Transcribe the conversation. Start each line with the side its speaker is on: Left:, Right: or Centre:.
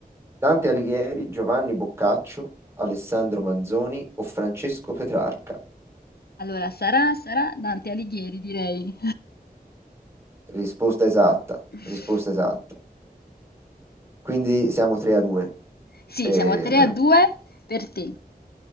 Right: Dante Alighieri, Giovanni Boccaccio, Alessandro Manzoni o Francesco Petrarca?
Left: Allora, sarà, sarà Dante Alighieri, direi.
Right: Risposta esatta,
Left: <laughs>
Right: risposta esatta. Quindi siamo 3 a 2.
Left: Sì,
Right: Eh,
Left: siamo 3 a 2 per te.